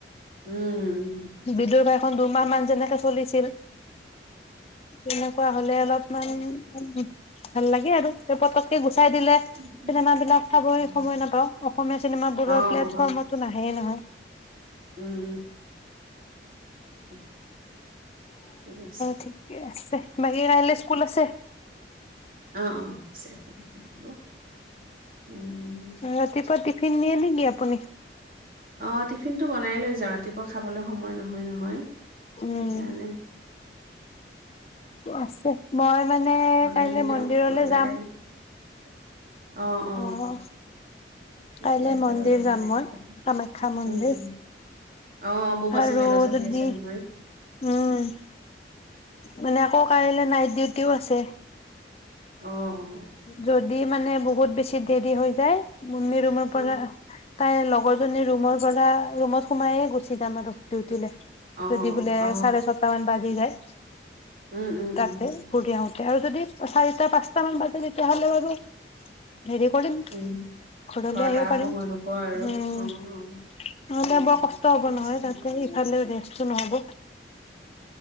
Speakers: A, on the right; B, on the left.
A: উম উ
B: বিদুৰ ভাইখন দুমাহ মান যেনেকে চলিছিল তেনেকুৱা হলে অলপ মান ভাল লাগে আৰু পতকে গুচাই দিলে চিনেমাবিলাক
A: অ
B: চাবই
A: অ
B: সময় নাপাওঁ। অসমীয়া চিনেমাবোৰৰ
A: অ
B: প্লেটফৰ্মতো নাহেয় নহয়
A: উম উম উম। ঠিক আছে
B: ঠিকে আছে বাকী কাইলে স্কুল আছে
A: অ অ আছে আছে যাব লাগিব উম
B: ৰাতিপুৱা টি টিফিন নিয়ে নেকি আপুনি
A: অ টিফিনটো বনাই লৈ যাওঁ ৰাতিপুৱা খাবলৈ সময় নহয় নহ! হয়
B: উম
A: সেইকাৰণে।
B: আছে মই মানে! মানে
A: বনাই
B: কাইলৈ
A: মেলি
B: মন্দিৰলে
A: আৰু গৈ পেলাই
B: যাম।
A: কাইলৈ <unintelligible> অ
B: অঁ
A: ঠিকে
B: কাইলে
A: আছে
B: মন্দিৰ
A: বাৰু ভালে
B: যাম মই
A: কথা
B: কামাখ্যা মন্দিৰ
A: উম উম অ অম্বুবাচী
B: আৰু
A: মেলা চলি
B: যদি
A: আছে নহয়
B: উম মানে আকৌ। কাইলে নাইট ডিউটিও আছে।
A: অঁ অঁ।
B: যদি মানে। বহুত বেছি দেৰি হৈ যায়। মন্দিৰ ৰ
A: উম
B: পৰা, তাইৰ লগৰ জনী ৰুমৰ পৰা ৰুমত সোমাইয়ে গুচি যাম আৰু ডিউটিলৈ।।
A: অ
B: যদি বোলে
A: অ
B: চাৰে ছটা মান বাজি যায়। তাতে
A: উম উম উম
B: ঘুৰি আহোতে আৰু যদি চাৰিটা পাঁচটা মান বাজি। তেতিয়া হ'লে বাৰু! হেৰি কৰিম
A: উম
B: ঘৰলৈ
A: ঘৰত
B: আহিব
A: অহা
B: পাৰিম।
A: সময় হ'ব আৰু
B: উম
A: অ
B: নহ'লে
A: অ অ
B: বৰ কষ্ট
A: ঠিকে
B: হব নহয়
A: আছে
B: তাতে ইফালে ৰেষ্টটো নহ'ব